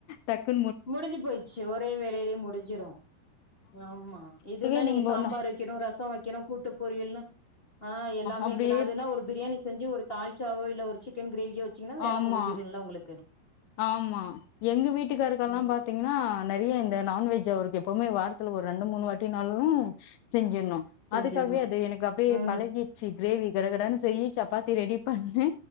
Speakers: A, on the left (about 75°); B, on the left (about 45°).
A: டக்கு
B: முடிஞ்சி போயிட்ச்சி ஒரே வே லயே முடிஞ்சிரு ஆமா இதுன்னா
A: அதுவே
B: நீங்க
A: நம்ப
B: சாம்பார்
A: ந
B: வெக்கெணு ரசொ வெக்கெணு கூட்டு பொரியல்னு ஆ எல்லாமே
A: அப்டியே
B: வைக்கெணு அதுன்னா ஒரு பிரியாணிஸ் செஞ்சு ஒரு தால்ச்சாவோ இல்ல ஒரு சிக்கன் க்ரேவியோ ச்சீங்ன்னா வேல
A: ஆமா
B: முடிஞ்சிடுல உங்குளுக்கு
A: ஆமா எங்க வீட்டுக்கார ல்லா
B: ம்
A: பாத்தீங்ன்னா நெறைய இந்த நான்வெஜ் அவுருக்கு எப்பவுமே வாரத்துல ஒரு ரெண்டு மூணு வாட்டினாலு செஞ்சி ட்னு
B: செஞ்சிர்ணு
A: அதுக்காக்வே அது எனக்கு அப்டியே
B: ம்
A: பழகீச்சி க்ரேவி கடகடனு செய்யி சப்பாத்தி ரெடி பண்ணி